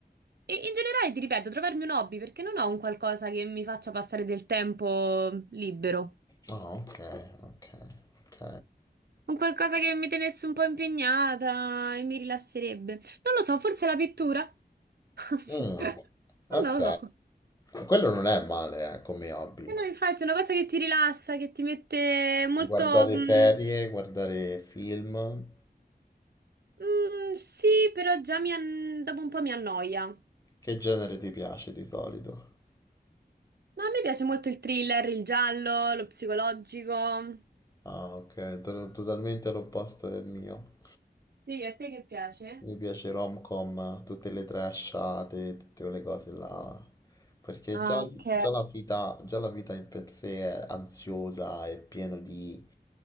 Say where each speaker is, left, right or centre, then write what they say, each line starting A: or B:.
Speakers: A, on the right; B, on the left.
A: E in generale, ti ripeto, trovarmi un hobby perché non ho un qualcosa che mi faccia passare del tempo libero.
B: Ah, ok, ok, ok.
A: Un qualcosa che mi tenesse un po' impegnata e mi rilasserebbe. Non lo so, forse la pittura? <laughs>
B: Mm, ok.
A: Non lo so.
B: Quello non è male, eh, come hobby.
A: Eh no, infatti, è una cosa che ti rilassa, che ti mette molto...
B: Guardare
A: mm,
B: serie, guardare film.
A: mm, sì, però già mi an- dopo un po' mi annoia. Ma
B: Che genere ti piace di solito?
A: a me piace molto il thriller, il giallo, lo psicologico.
B: Ah, ok, to- totalmente all'opposto del mio.
A: Sì, a te che piace?
B: Mi piace rom-com, tutte le trashate, tutte quelle cose là. Perché
A: Ah,
B: già,
A: ok.
B: già la vita, già la vita in per sé è ansiosa, è piena di,